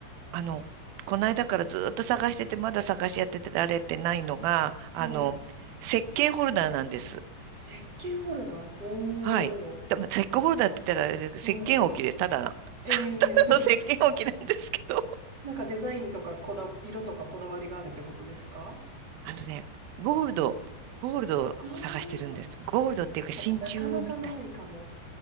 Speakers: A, on the right (about 80°); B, on the right (about 30°).
A: あの、この間からずっと探してて、まだ探し当てられてないのが、あの、
B: はい。
A: 石鹸ホルダーなんです。
B: 石鹸ホルダー。お
A: はい。多分石鹸ホルダーって言ったら、あれですけど石鹸置きです。
B: ー。え
A: ただの。<laughs>
B: えええ
A: ただの石鹸置きなんですけど。
B: <laughs> なんかデザインとかこだ、色とかこだわりがあるってことですか
A: あのね、ゴールド、ゴールドを探してるんです。
B: ああー、
A: ゴールドっていうか真鍮みたい。
B: 確かになかなかないかも